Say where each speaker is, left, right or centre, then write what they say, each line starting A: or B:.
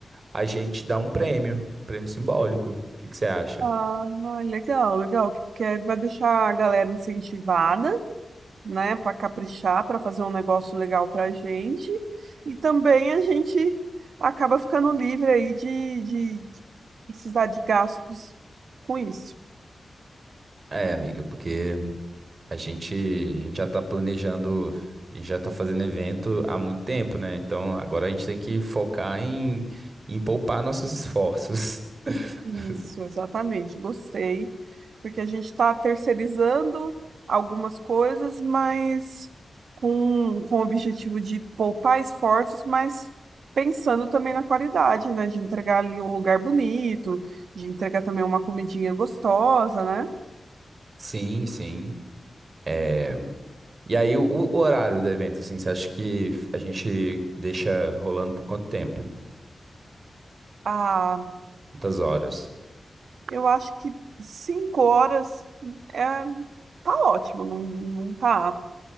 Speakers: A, on the right; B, on the right.
A: a gente dá um prêmio, um prêmio simbólico. O que que você acha?
B: Ah, legal, legal, que, que é, vai deixar a galera incentivada. né, para caprichar, para fazer um negócio legal para a gente. E também a gente acaba ficando livre aí de, de, de precisar de gastos com isso.
A: É, amiga, porque a gente, a gente já tá planejando, a gente já tá fazendo evento há muito tempo, né? Então agora a gente tem que focar em, em poupar nossos esforços. <laughs>
B: Isso, exatamente. Gostei, porque a gente está terceirizando algumas coisas, mas com, com o objetivo de poupar esforços, mas pensando também na qualidade, né? De entregar ali um lugar bonito, de entregar também uma comidinha gostosa, né?
A: Sim, sim. É, E aí, o, o horário do evento, assim, você acha que a gente deixa rolando por quanto tempo?
B: Ah,
A: Quantas horas?
B: Eu acho que cinco horas é, tá ótimo, não, não tá?